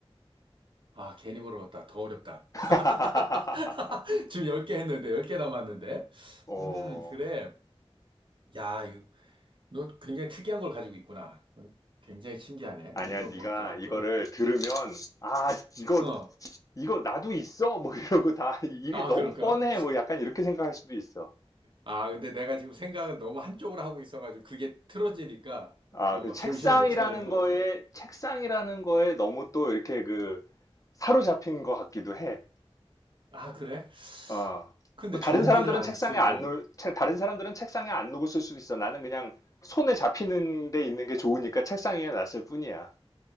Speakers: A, on the right; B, on the left.
A: 아, 괜히 물어봤다. 더 어렵다.
B: <laughs>
A: <laughs> 지금 10개 했는데, 10개 남았는데.
B: 어,
A: 음, 그래. 야, 이거, 너 굉장히 특이한 걸 가지고 있구나. 어, 굉장히 신기하네.
B: 아니야,
A: 이거
B: 네가
A: 뭘까?
B: 이거를
A: 그럼.
B: 들으면 아, 이거
A: 어.
B: 이거 나도 있어. 뭐 이러고 다 이게
A: 아,
B: 너무
A: 그럴까?
B: 뻔해. 뭐 약간 이렇게 생각할 수도 있어.
A: 아, 근데 내가 지금 생각을 너무 한쪽으로 하고 있어가지고 그게 틀어지니까
B: 아,
A: 어,
B: 그
A: 막
B: 책상이라는
A: 정신을 못 차리는 것
B: 거에
A: 같아.
B: 책상이라는 거에 너무 또 이렇게 그 사로잡힌 것 같기도 해.
A: 아, 그래?
B: 어,
A: 근데
B: 뭐 다른
A: 전기를
B: 사람들은
A: 안
B: 책상에
A: 쓰고.
B: 안 놓을, 책- 다른 사람들은 책상에 안 놓고 쓸 수도 있어. 나는 그냥 손에 잡히는 데 있는 게 좋으니까 책상 위에 놨을 뿐이야.